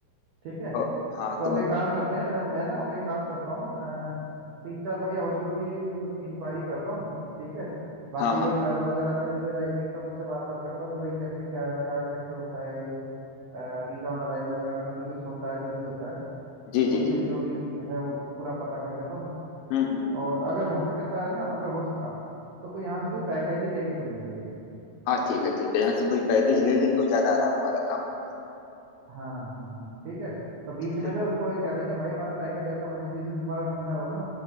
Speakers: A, on the right; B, on the left.
A: ठीक है
B: और
A: तो
B: हाँ तो
A: अब एक काम करते हैं मैं, मैं ना अब एक काम करता हूँ अ, तीन चार बढ़िया होटलों की वो इंक्वायरी करता हूँ ठीक है बाकी
B: हाँ हाँ
A: जो ट्रैवल वगैरह का जो मेरा एजेंट है उनसे बात बात करता हूँ कि भाई कैसे क्या है क्या कैसे होता है ये वीजा ऑन अराइवल वगैरह का भी कुछ होता है जो भी होता है
B: जी जी
A: उसके
B: जी
A: भी जो भी है वो पूरा पता कर लेता हूँ
B: हम्म हम्म हम्म।
A: और अगर हो सकता है ना अगर हो सका तो कोई यहाँ से कोई पैकेज ही लेके चल लेंगे
B: हाँ ठीक है ठीक है यहाँ से कोई पैकेज ले लेंगे वो ज्यादा आराम वाला काम होगा
A: हाँ हम्म हम्म, ठीक है तो बीच
B: ठीक है
A: में ना उसको एक कह देंगे भाई हमारा पैकेज ऐसा बनाए जिस दिन तुम्हारा सेमिनार होगा ना